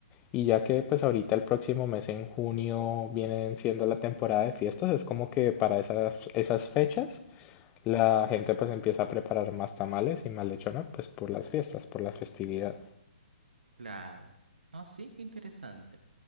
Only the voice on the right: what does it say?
Claro. Ah, sí, qué interesante.